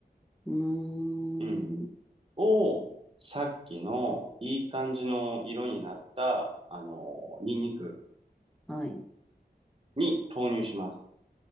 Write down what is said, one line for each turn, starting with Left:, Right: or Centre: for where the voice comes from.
Centre: うーん。
Right: うん、をさっきのいい感じの色になった、あの、ニンニク
Centre: はい。
Right: に投入します。